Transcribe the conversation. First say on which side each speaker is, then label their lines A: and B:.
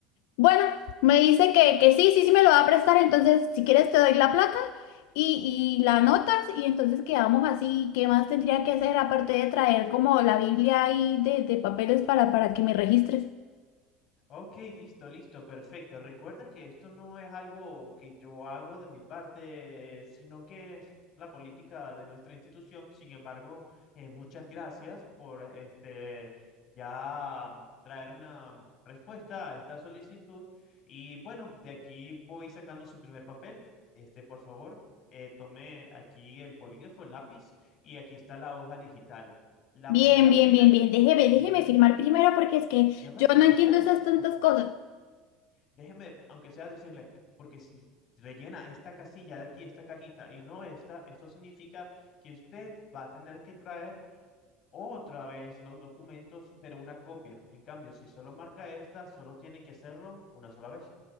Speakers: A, on the left; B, on the left.
A: Bueno, me dice que, que sí, sí, sí me lo va a prestar, entonces si quieres te doy la placa y, y la anotas y entonces quedamos así. ¿Qué más tendría que hacer aparte de traer como la Biblia ahí de, de papeles para, para que me registres?
B: Ok, listo, listo, perfecto. Recuerda que esto no es algo que yo hago de mi parte, sino que es la política de nuestra institución. Sin embargo, eh, muchas gracias por este ya mm, traer una respuesta a esta solicitud. Y bueno, de aquí voy sacando su primer papel. Este, por favor, eh, tome aquí el polígrafo, el lápiz, y aquí está la hoja digital. La
A: Bien,
B: primera
A: bien,
B: fila.
A: bien, bien, déjeme, déjeme
B: Ujú.
A: firmar primero porque es que
B: Ya va,
A: yo no
B: espere.
A: entiendo esas tantas
B: Ok.
A: cosas.
B: Déjeme, aunque sea decirle, porque si rellena esta casilla de aquí, esta cajita y no esta, esto significa que usted va a tener que traer otra vez los documentos, pero una copia. En cambio, si solo marca esta, solo tiene que hacerlo una sola vez.